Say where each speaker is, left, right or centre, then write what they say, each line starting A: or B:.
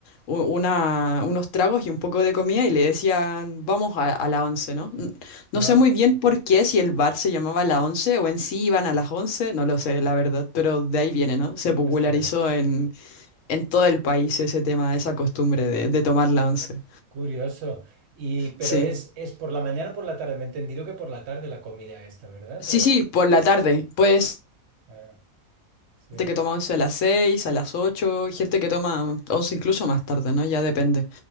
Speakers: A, on the left; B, on the right.
A: u- una, unos tragos y un poco de comida, y le decían, vamos a, a la once, ¿no? N- No
B: Ah,
A: sé muy bien por qué, si el bar se llamaba la once o en sí iban a las once, no lo sé, la verdad, pero de ahí
B: eh,
A: viene, ¿no? Se popularizó
B: hostia.
A: En todo el país ese tema, esa costumbre de, de tomar la once.
B: Curioso. Y, pero
A: Sí.
B: es, es por la mañana o por la tarde. Me he entendido que por la tarde la comida esta, ¿verdad?
A: Sí,
B: O,
A: sí, por la tarde. Pues
B: claro, sí.
A: gente que toma once a las seis, a las ocho, gente que toma once incluso más tarde, ¿no? Ya depende.